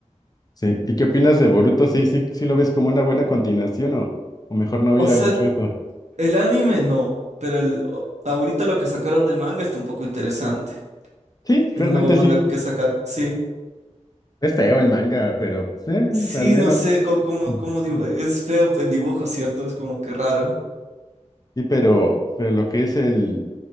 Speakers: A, on the left (about 30°); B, on the right (about 65°).
A: Sí, ¿y qué opinas de Boruto? Sí, sí, sí lo ves como una buena continuación o, o mejor no hubieran
B: O sea,
A: hecho eso.
B: El anime no, pero el, o- ahorita lo que sacaron del manga está un poco interesante.
A: Sí,
B: El
A: realmente
B: nuevo manga
A: sí.
B: que sacar, sí.
A: Es feo el manga, pero pues, eh,
B: Sí,
A: al menos.
B: no sé cómo, cómo,
A: <laughs>
B: cómo dibu- es feo el dibujo, ¿cierto? Es como que raro.
A: Y pero, pero lo que es el,